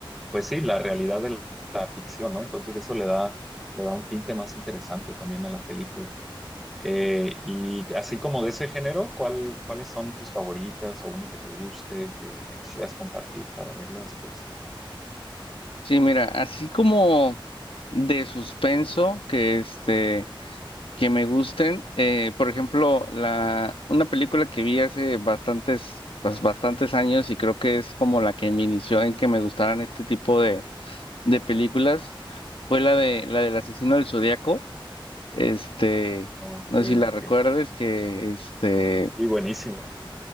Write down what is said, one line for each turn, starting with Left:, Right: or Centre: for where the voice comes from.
Centre: pues sí, la realidad de la ficción, ¿no? Entonces eso le da, le da un tinte más interesante también a la película. Eh, y así como de ese género, ¿cuál, cuáles son tus favoritas o una que te guste, que me quisieras compartir para verla después?
Left: Sí, mira, así como de suspenso que este que me gusten. eh, por ejemplo, la, una película que vi hace bastantes, bas- bastantes años y creo que es como la que me inició en que me gustaran este tipo de, de películas fue la de la del asesino del Zodíaco. Este,
Centre: Ah, Ok,
Left: no sé si la
Centre: ok.
Left: recuerdes, que este
Centre: Sí, buenísima.